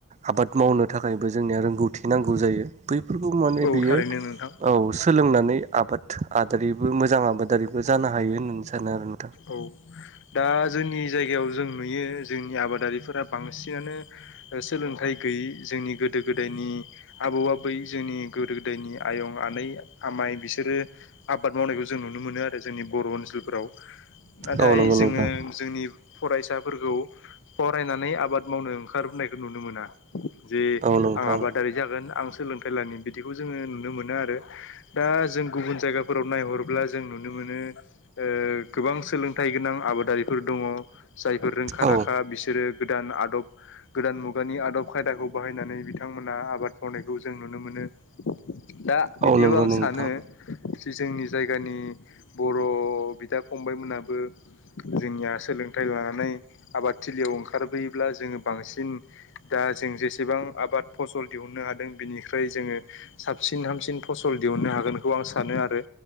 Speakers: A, on the right; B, on the left.
A: आबाद मावनो थाखायबो जोंनिया रोंगौथि नांगौ जायो बै बेफोरखौ माने
B: औ
A: बियो
B: थारैनो नोंथां
A: औ सोलोंनानै आबाद आबारिबो मोजां आबादारिबो जानो हायो होननानै सानो आरोना।
B: औ दा जोंनि जायगायाव जों नुयो जोंनि आबादारिफोर बांसिनानो सोलोंथाइ गैयि जोंनि गोदो गोदायनि आबौ आबै जोंनि गोदो गोदायनि आयं आनै आमाइ बिसोरो आबाद मावनायखौ जों नुनो मोनो आरो जोंनि बर' ओनसोलफोराव नाथाय
A: औ नंगौ
B: जोङो
A: नोंथां
B: जोंनि फरायसाफोरखौ फरायनानै आबाद मावनो ओंखारनायखौ नुनो मोना जे
A: औ नोंथां
B: आं आबादारि जागोन आं सोलोंथाइ लनि बिदिखौ जोङो नुनो मोनो आरो दा जों गुबुन जायगा फोराव नायहरब्ला जों नुनो मोनो ओ गोबां सोलोंथाइ गोनां आबादारिफोर दङ जायफोर रोंखा
A: औ
B: राखा बिसोरो गोदान आदब गोदान मुगानि आदब खायदाखौ बाहायनानै बिथांमोनहा आबाद मावनायखौ जों नुनो मोनो। दा बिदियाव
A: औ नंगौ
B: आं
A: नोंथां
B: सानो जि जोंनि जायगानि बर' बिदाब फंबाय मोनाबो जोंनिया सोलोंथाइ लानानै आबादथिलियाव ओंखारबोयोब्ला जोङो बांसिन दा जों जेसेबां आबाद फसल दिहुननो हादों बिनिफ्राय जोङो साबसिन हामसिन फसल दिहुननो हागोनखौ आं सानो आरो।